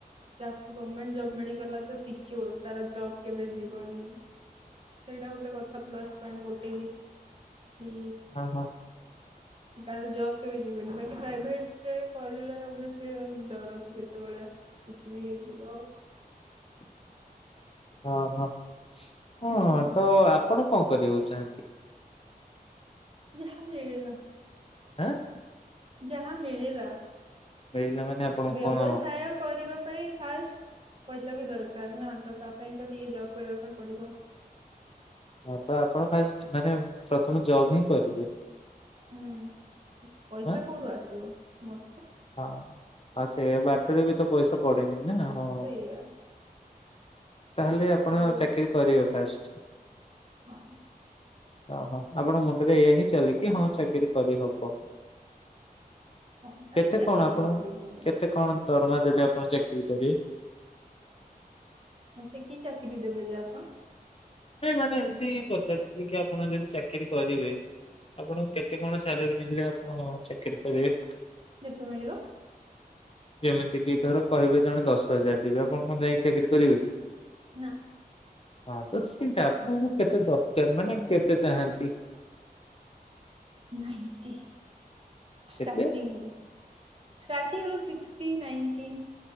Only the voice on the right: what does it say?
ଯାହାକୁ ଗର୍ମେଣ୍ଟ ଜବ ମିଳିଗଲା ତ ସିକ୍ୟୋର ତାର ଜବ୍ କେବେ ଯିବନି। ସେଇଟା ଗୋଟେ କଥା ପ୍ଲସ୍ ପଏଣ୍ଟ ଗୋଟେ ହି କି
କି ତାର ଜବ୍ କେବେ ଯିବନି ବାକି ପ୍ରାଇଭେଟରେ କଲେ ଓଭିଏସଲି ଡର କି କେତେବେଳେ କିଛି ବି ଯିବ ଆଉ।
ହୁଁ
ଯାହା ମିଳିଲା।
ଯାହା ମିଳିଲା।
ବ୍ୟବସାୟ
କରିବା ପା ପାଇଁ ଫାଷ୍ଟ ପଇସା ବି ଦରକାର ନା। ତ ତା ପାଇଁ ତ ଟିକେ ଜବ୍ କରିବା ପାଇଁ ପଡିବ।
ହୁଁ ପଇସା
କୋଉଠୁ ଆସିବ ମ
ସେଇଆ
ଆଉ
ହଁ।
ହଁ ତାପରେ
କରିହବ
ବିଜନେସ୍
ମତେ କି ଚାକିରି ଦେବେ ଯେ ଆପଣ?
ଯେତେ ମିଳିବ।
ନା।
ନାଇଣ୍ଟି
ଷ୍ଟାର୍ଟିଂରୁ। ଶାଟିଙ୍ଗରୁ ସିକ୍ସଟି ନାଇଣ୍ଟି।